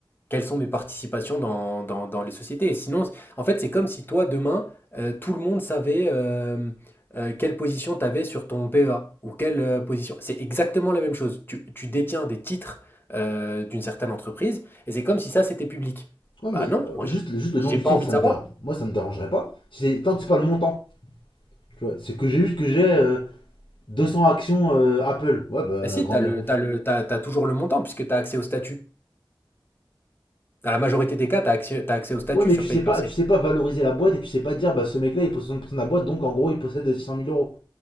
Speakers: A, on the left; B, on the left.
A: quelles sont mes participations dans, dans, dans les sociétés. Et sinon, en fait, c'est comme si toi, demain, euh, tout le monde savait euh, euh, quelle position tu avais sur ton PEA ou quelle euh, position. C'est exactement la même chose. Tu, tu détiens des titres euh, d'une certaine entreprise et c'est comme si ça, c'était public.
B: Ouais,
A: Bah
B: mais
A: non,
B: euh,
A: moi, j'ai
B: juste, juste le
A: j'ai
B: nom du
A: pas
B: titre,
A: envie
B: ça
A: de savoir.
B: me dérange. Moi, ça me dérangerait pas. Si C'est, tant que c'est pas le montant. Tu vois, c'est que j'ai vu que j'ai euh, 200 actions euh, Apple. Ouais, bah,
A: Bah si,
B: grand
A: t'as
B: bien
A: le,
B: vous.
A: t'as le, t'as, t'as toujours le montant puisque tu as accès au statut. Dans la majorité des cas, tu as accès, t'as accès au statut
B: Ouais, mais
A: sur
B: tu
A: Paper.
B: sais pas, tu sais pas valoriser la boîte et tu sais pas dire, bah ce mec-là il possède 60% de la boîte, donc en gros il possède six cent mille euros.